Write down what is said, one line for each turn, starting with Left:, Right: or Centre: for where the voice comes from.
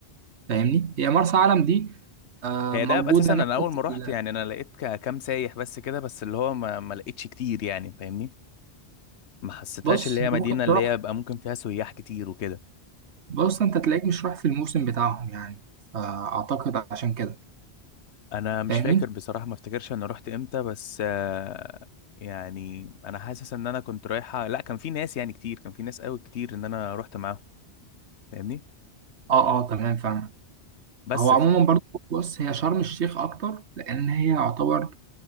Right: فاهمني هي مرسى علم دي آه
Left: هي
Right: موجوده
Left: دهب اساسا انا
Right: ناحيه
Left: اول ما رحت
Right: ال-
Left: يعني انا لقيت ك- كام سايح بس كده بس اللي هو ما, ما لقيتش كتير يعني فاهمني ما حسيتهاش
Right: بص
Left: اللي هي
Right: انت
Left: مدينه
Right: ممكن
Left: اللي
Right: تروح
Left: هي بقى ممكن فيها سياح كتير وكده
Right: بص انت تلاقيك مش رايح في الموسم بتاعهم يعني فاعتقد عشان كده
Left: انا مش
Right: فاهمني
Left: فاكر بصراحة ما افتكرش انا رحت امتى بس آه، يعني انا حاسس ان انا كنت رايحة لا كان في ناس يعني كتير كان في ناس قوي كتير ان انا رحت معاهم فاهمني
Right: اه اه تمام فاهم
Left: بس
Right: هو عموما
Left: في
Right: برضو بص هي شرم الشيخ اكتر لان هي يعتبر